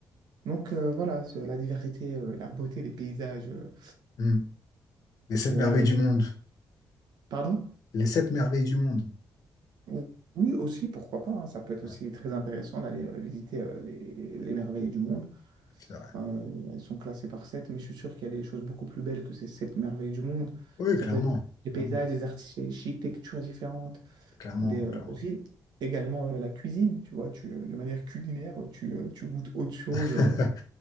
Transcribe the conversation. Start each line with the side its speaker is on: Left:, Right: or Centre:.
Right: donc euh, voilà, c'est la diversité, euh, la beauté des paysages. euh,
Left: Hmm. Les sept
Right: te-
Left: merveilles du monde.
Right: Pardon?
Left: Les sept merveilles du monde.
Right: Ou- Oui, aussi, pourquoi pas. hein. Ça peut être
Left: Ouais,
Right: aussi très intéressant d'aller euh, visiter euh, les les merveilles du monde.
Left: c'est vrai.
Right: Enfin, euh, elles sont classées par 7, mais je suis sûr qu'il y a des choses beaucoup plus belles que ces 7 merveilles du monde.
Left: Oui,
Right: Ça
Left: clairement.
Right: peut être des
Left: Clairement.
Right: paysages, des architectures différentes,
Left: Clairement,
Right: des, euh,
Left: clairement.
Right: aussi également euh, la cuisine, tu vois, tu, euh, de manière culinaire, tu, euh, tu goûtes autre chose,
Left: <laughs>
Right: euh,